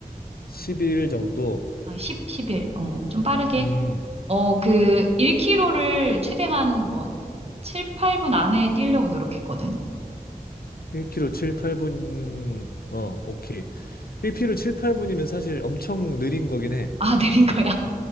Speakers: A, on the left; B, on the right.
A: 10일 정도.
B: 어, 10, 11. 어, 좀 빠르게
A: 음,
B: 어, 그 1 k 로를 최대한 뭐 7, 8분 안에 뛰려고 노력했거든. <laughs>
A: 1km 7, 8분. 어, 오케이. 1km 7, 8분이면 사실 엄청 느린 거긴 해.
B: 아, 내린 거야.